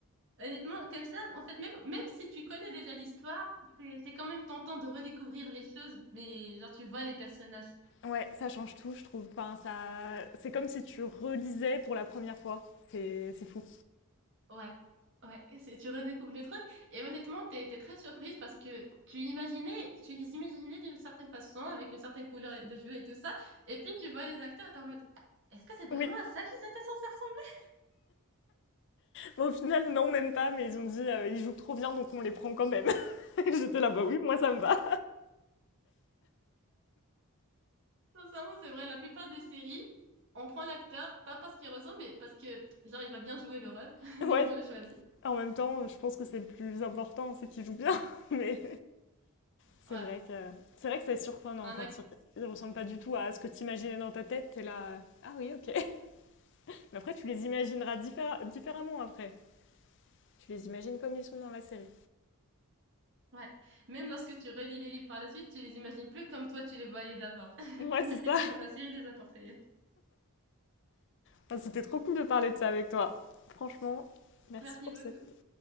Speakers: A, on the right (about 55°); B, on the left (about 55°).
A: Honnêtement, comme ça, en fait, même, même si tu connais déjà l'histoire, c'est c'est quand même tentant de redécouvrir les choses, mais genre tu vois les personnages.
B: Ouais, ça change tout, je trouve. Enfin, ça... C'est comme si tu relisais pour la première fois. C'est, c'est fou.
A: Ouais, ouais, c'est, tu redécouvres le truc. Et honnêtement, t'es, t'es très surprise parce que tu imaginais, tu les imaginais d'une certaine façon, avec une certaine couleur de jeu et tout ça, et puis tu vois les acteurs et t'es en mode, est-ce que c'est vraiment
B: Oui,
A: à ça qu'ils étaient censés ressembler?
B: Bon, au final, non, même pas, mais ils ont dit, euh, ils jouent trop bien, donc on les prend quand même. <laughs> J'étais là, bah oui, moi ça me va.
A: Sincèrement, c'est vrai. La plupart des séries, on prend l'acteur, pas parce qu'il ressemble, mais parce que, genre, il va bien jouer le rôle. <laughs>
B: <laughs> Ouais,
A: Du coup, on le choisit.
B: En même temps, je pense que c'est le plus important, c'est qu'il joue bien. <laughs> Mais c'est
A: Ouais.
B: vrai que c'est vrai que c'est surprenant
A: Un
B: quand
A: acteur.
B: ils ils ressemblent pas du tout à ce que tu imaginais dans ta tête. T'es là, euh, ah oui, ok. <laughs> Mais après, tu les imagineras diffé- différemment après. Tu les imagines comme ils sont dans la série.
A: Ouais. Même lorsque tu relis les livres par la suite, tu les imagines plus comme toi tu les voyais d'abord, <laughs>
B: Ouais,
A: mais
B: c'est
A: plutôt
B: ça.
A: comme la série les a portrayés.
B: Enfin, C'était trop cool de parler de ça avec toi. Franchement, merci
A: Merci
B: pour
A: beaucoup.
B: cette